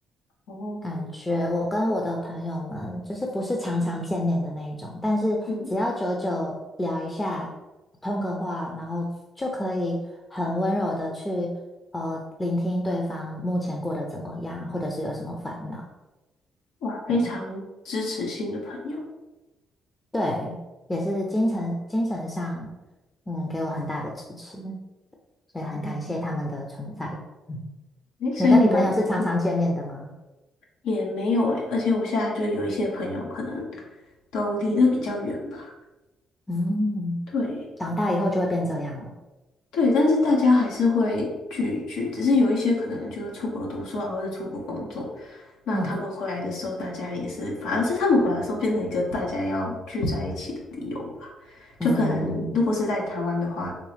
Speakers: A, on the left (about 85°); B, on the left (about 15°).
A: 哦
B: 感觉我跟我的朋友们就是不是常常见面的那一种，但是只要久久聊一下，
A: 嗯，
B: 通个话，然后就可以很温柔的去呃聆听对方目前过得怎么样，或者是有什么烦恼。
A: 哇，非常支持性的朋友。
B: 对啊，对，也是精神精神上嗯给我很大的支持，所以很感谢他们的存在。
A: 哦，
B: <laughs> 嗯
A: 诶，所以你们嗯
B: 你跟你朋友是常常见面的吗？
A: 也没有诶，而且我现在就有一些朋友可能都离得比较远吧。
B: 嗯，
A: 对，
B: 长大以后就会变这样了。
A: 对，但是大家还是会聚一聚，只是有一些可能就是出国读书啊，或者出国工作，那他们回来的时候，
B: 嗯
A: 大家也是，反而是他们回来的时候变成一个大家要聚在一起的理由吧。就可能如果是在台湾的话，
B: 嗯。